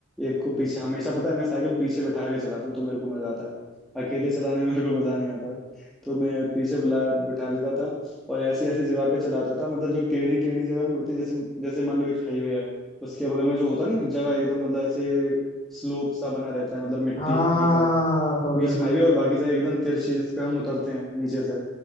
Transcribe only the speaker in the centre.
एक को पीछे हमेशा पता है मैं साइकिल पीछे बैठा के चलाता हूँ तो मेरे को मजा आता है अकेले चलाने में मेरे को मजा नहीं आता तो मैं पीछे बुला बैठा लेता था और ऐसी ऐसी जगह पे चलाता था मतलब जो टेढ़ी टेढ़ी जगह नहीं होती जैसे जैसे मान लो एक हाईवे है उसके बगल में जो होता नहीं जगह एकदम मतलब ऐसे स्लोप सा बना रहता है मतलब मिट्टी
का
बीच
में हाईवे
और बाकी जगह एकदम तिरछी जिस पे हम उतरते हैं नीचे से